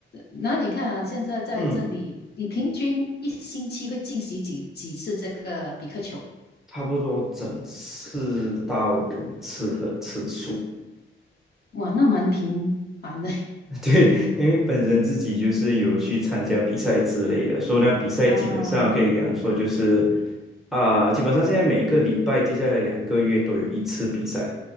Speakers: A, on the left (about 50°); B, in the centre.
A: 那你看啊，现在在这里，
B: 嗯。
A: 你平均一星期会进行几几次这个比克球？
B: 差不多整四到五次的次数。
A: 哇，那蛮频繁的
B: <laughs> 对，因为本身自己就是有去参加比赛之类的，所以呢，比赛基本上可以讲说就是
A: <laughs> 啊。
B: 啊、基本上现在每一个礼拜，接下来两个月都有一次比赛，